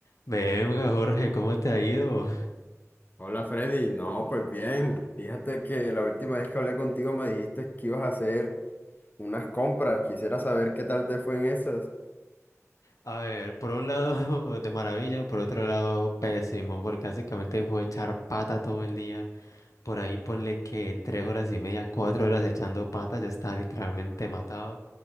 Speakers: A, on the left (about 80°); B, on the left (about 35°).
A: Venga, Jorge, ¿cómo te ha ido?
B: Hola Freddy, no, pues bien, fíjate que la última vez que hablé contigo me dijiste que ibas a hacer unas compras, quisiera saber qué tal te fue en esas.
A: A ver, por un lado <laughs> de maravilla, por otro lado pésimo, porque básicamente fue echar pata todo el día. Por ahí ponle que tres horas y media, cuatro horas echando pata, ya está literalmente matado.